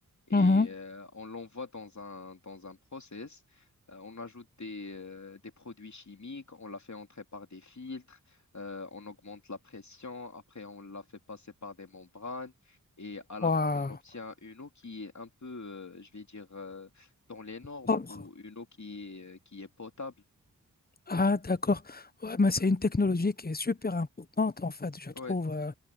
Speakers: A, on the left (about 50°); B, on the left (about 25°).
A: et
B: Mhm.
A: euh, on l'envoie dans un, dans un process. Euh, on ajoute des, euh, des produits chimiques, on la fait entrer par des filtres, euh, on augmente la pression, après on la fait passer par des membranes et à la
B: Waouh.
A: fin on obtient une eau qui est un peu, euh, je vais dire, euh, dans les normes
B: Propre.
A: ou une eau qui est, euh, qui est potable.
B: Ah, d'accord. Ouais, mais c'est
A: Ouais.
B: une technologie qui est super importante, en fait, je
A: Ouais.
B: trouve, euh,